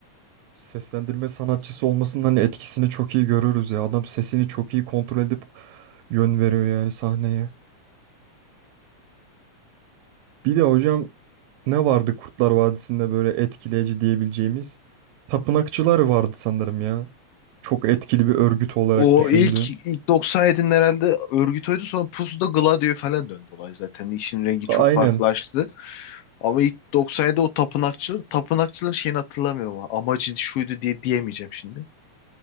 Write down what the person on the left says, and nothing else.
O
ilk ilk 97'nin herhalde örgüt oydu sonra Pusu'da Gladio'ya falan döndü olay zaten. İşin rengi çok
farklılaştı. Ama ilk 97'de o tapınakçılar, tapınakçıların şeyini hatırlamıyorum ama amacı şuydu diye diyemeyeceğim şimdi.